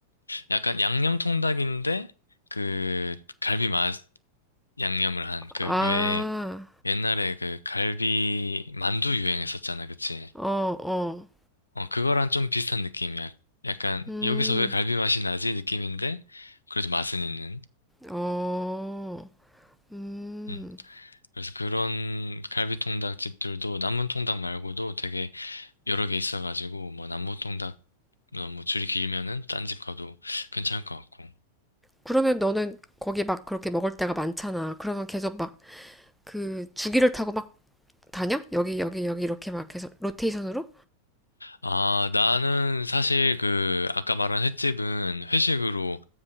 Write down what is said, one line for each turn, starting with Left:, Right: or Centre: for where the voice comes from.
Left: 약간 양념 통닭인데 그 갈비 맛 양념을 한 그
Centre: 아,
Left: 왜 옛날에 그 갈비 만두 유행했었잖아. 그치?
Centre: 어, 어,
Left: 어, 그거랑 좀 비슷한 느낌이야. 약간,
Centre: 음,
Left: 여기서 왜 갈비 맛이 나지? 느낌인데, 그래도 맛은 있는.
Centre: 어, 음.
Left: 음. 그래서 그런 갈비 통닭 집들도 남문 통닭 말고도 되게 여러 개 있어가지고, 뭐, 남문 통닭, 어, 뭐, 줄이 길면은 딴 집 가도 괜찮을 것 같고.
Centre: 그러면 너는 거기 막 그렇게 먹을 때가 많잖아. 그러면 계속 막 그 주기를 타고 막 다녀? 여기 여기 여기 이렇게 막 계속 로테이션으로?
Left: 아, 나는 사실 그, 아까 말한 횟집은 회식으로